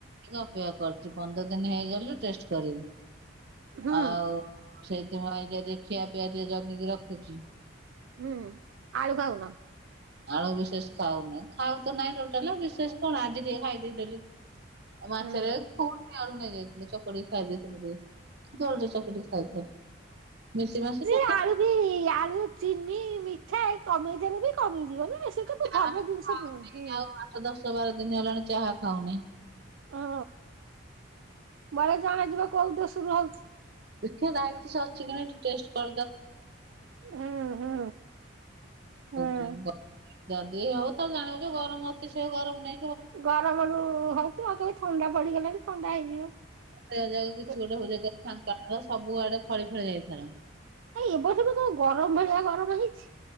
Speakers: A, on the right; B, on the right.
A: ଅପେକ୍ଷା କରଚି ପନ୍ଦର ଦିନ ହେଇଗଲେ ଟେଷ୍ଟ କରିବି।
B: ହୁଁ
A: ଆଉ ସେଇଥିପାଇଁ କା <unintelligible> ଖିଆ ପିଆ ଟିକେ ଜଗିକି ରଖୁଚି।
B: ହୁଁ ଆଳୁ ଖାଉନ।
A: ଆଳୁ ବିଶେଷ ଖାଉନି, ଖାଉ ତ ନାଇଁ ଟୋଟାଲେ ବିଶେଷ କଣ ଆଜି ଟିକେ ଖାଇଦେଇଥିଲି। ଆଉ ମାଛରେୁ
B: ହୁଁ
A: <unintelligible> ଆଳୁ ନେଇଯାଇଥିଲେ ଚକଟି ଖାଇ ଦେଇଥିଲୁ ଟିକେ <unintelligible> ଚକଟି ଖାଇଥିଲ୍। ମିଶି ମାସିକା
B: ସେ
A: ଖା।
B: ଆଳୁ ବି ଆଳୁ ଚିନି ମିଠା ଏ କମେଇଦେଲେ ବି କମିଯିବ ନା। ସେଟା
A: ଚାହା
B: ଭଲ ଜିନିଷ
A: ଖାଉନି
B: ନୁହଁ ହୁଁ
A: ଆଉ ଆଠ ଦଶ ବାର ଦିନ ହେଲାଣି ଚାହା ଖାଉନି।
B: ହଁ ବଳେ ଜଣା ଯିବ କୋଉ ଦୋସରୁ ହୋଉଚି।
A: ଦେଖିଆ ଡାଇବେଟିସ ଅଛି କି ନାଇଁ ଟିକେ ଟେଷ୍ଟ
B: ହୁଁ ହୁଁ ହୁଁ
A: <unintelligible> <inaudible> ଯଦି ହବ ତାହେଲେ ଜାଣିବୁ ଯେ ଗରମ ଅତିଶୟ ଗରମ ନେ
B: ଗରମରୁ ହୋଉଚି ଆଉ ତମେ ଥଣ୍ଡା ପଡିଗଲେ ବି ଥଣ୍ଡା ହେଇଯିବ।
A: ଦେହଯାକ କିଛି
B: ଏ
A: ଗୋଟେ <unintelligible> ଫାଙ୍କା ଘର ସବୁ ଆଡେ ଫଳି ଫଳି ଯାଇଥିଲା।
B: ଏଇ ଏ ବର୍ଷ ବି କୋଉ ଗରମ ଭଳିଆ ଗରମ ହେଇଛି।